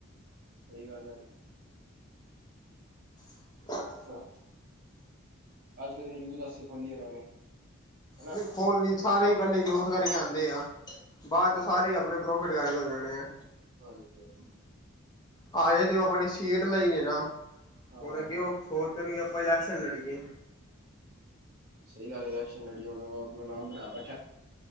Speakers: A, on the right (about 45°); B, on the left (about 20°).
A: ਸਹੀ ਗੱਲ ਐ।
B: <unintelligible>
A: ਛਾ ਅੱਜਕੱਲ ਤੇ ਯੂਥ ਆਸਤੇ ਖੋਲੀ ਉਹਨਾਂ ਨੇ। ਹਨਾ
B: ਜੇ ਖੋਲ ਲਈ ਸਾਰੇ ਹੀ ਪਹਿਲੇ ਲੋਸ ਕਰਕੇ ਆਉਂਦੇ ਆ ਬਾਅਦ 'ਚ ਸਾਰੇ ਹੀ ਆਪਣੇ ਪ੍ਰੋਫਿਟ ਕਰਕੇ ਹੋ ਜਾਣੇ ਆ।
A: ਹਾਂਜੀ।
B: ਆਏ ਦੇ ਉਹ ਆਪਣੀ ਸੀਟ ਲਈ ਨੇ ਨਾ,
A: ਹਾਂ
B: ਹੁਣ ਅੱਗੇ ਉਹ ਸੋਚਦੇ ਨੇ ਆਪਾਂ ਫਾਈਨੈਂਸ਼ੀਅਲ ਲੜੀਏ।
A: ਸਹੀ ਗੱਲ, ਇਲੈਕਸ਼ਨ ਲੜੀ ਉਹਨੂੰ ਆਪਣਾ ਨਾਮ ਬਣਾ ਬ